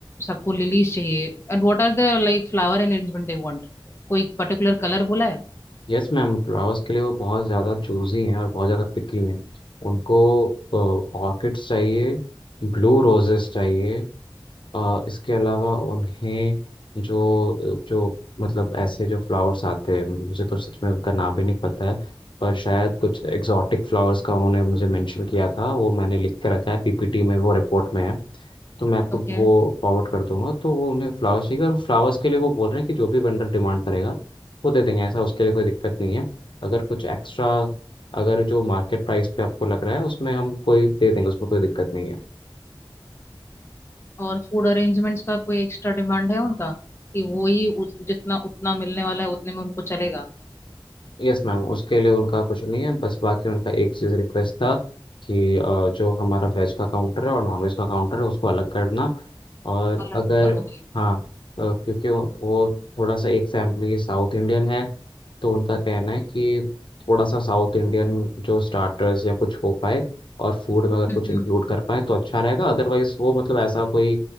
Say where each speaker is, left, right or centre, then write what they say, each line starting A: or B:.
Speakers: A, on the left; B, on the left.
A: सबको लिलीज चाहिए And what are the like flower arrangement they want कोई पर्टिकुलर कलर बोला है
B: Yes ma'am flowers के लिए वो बहुत ज़्यादा चूजी हैं और बहुत ज़्यादा पिकी हैं उनको ऑर्किड्स चाहिए ब्लू रोजेस चाहिए अ, इसके अलावा उन्हें जो जो मतलब ऐसे जो फ्लावर्स आते हैं मुझे तो सच में उनका नाम भी नहीं पता है पर शायद कुछ एग्जॉटिक फ्लावर्स का उन्होंने मुझे मेंशन किया था वो मैंने लिख के रखा है पीपीटी में वो रिपोर्ट में है तो मैं आपको
A: ओके
B: वो फॉरवर्ड कर दूंगा तो वो उन्हें फ्लावर्स चाहिए और फ्लावर्स के लिए वो बोल रहे हैं कि जो भी वेंडर डिमांड करेगा वो दे देंगे ऐसा उसके लिए कोई दिक्कत नहीं है अगर कुछ एक्स्ट्रा अगर जो मार्केट प्राइस पे आपको लग रहा है उसमें हम कोई दे देंगे उसमें कोई दिक्कत नहीं है
A: और फूड अरेंजमेंट्स का कोई एक्स्ट्रा डिमांड है उनका कि वो ही उस, जितना उतना मिलने वाला है उतने में उनको चलेगा
B: यस मैम उसके लिए उनका कुछ नहीं है बस बाकी उनका एक चीज़ रिक्वेस्ट था कि अ, जो हमारा वेज का काउंटर है और नॉन वेज का काउंटर है उसको अलग करना और
A: अलग
B: अगर
A: होगा ओके
B: हाँ अ, क्योंकि वो वो थोड़ा सा एक फैमिली साउथ इंडियन है तो उनका कहना है कि थोड़ा सा साउथ इंडियन जो स्टार्टर्स या कुछ हो पाए और फूड में अगर
A: हम्म
B: कुछ इंक्लूड कर पाए तो अच्छा रहेगा अदरवाइज वो मतलब ऐसा कोई